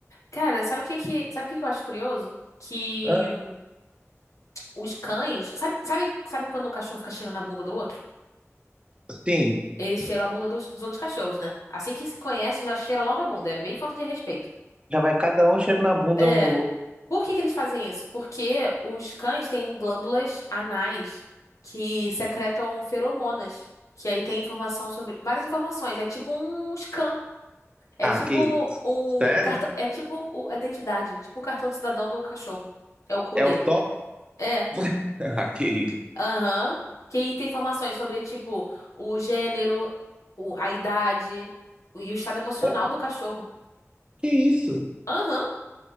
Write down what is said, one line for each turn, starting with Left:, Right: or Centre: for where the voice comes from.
Left: Cara, sabe o que que, sabe o que que eu acho curioso? Que
Right: Ah,
Left: hum, os cães. Sabe, sabe, sabe quando o cachorro fica cheirando a bunda do outro?
Right: sim,
Left: Eles cheiram a bunda dos, dos outros cachorros, né? Assim que se conhece, já cheira logo a bunda. É meio falta de respeito.
Right: já vai cada um cheiro na bunda
Left: É.
Right: um do outro.
Left: Por que que eles fazem isso? Porque os cães têm glândulas anais que secretam feromonas. Que aí tem informação sobre. Várias informações. É tipo um scan. É
Right: Ah,
Left: tipo
Right: que isso.
Left: o
Right: Sério?
Left: cartão, é tipo o- a identidade, tipo o cartão de cidadão do cachorro. É o cu
Right: É
Left: dele.
Right: o Toba? <laughs>
Left: É.
Right: Ah, que isso.
Left: Aham. Quem tem informações sobre tipo o gênero, o- a idade e o estado emocional
Right: É,
Left: do cachorro.
Right: Que isso?
Left: Aham.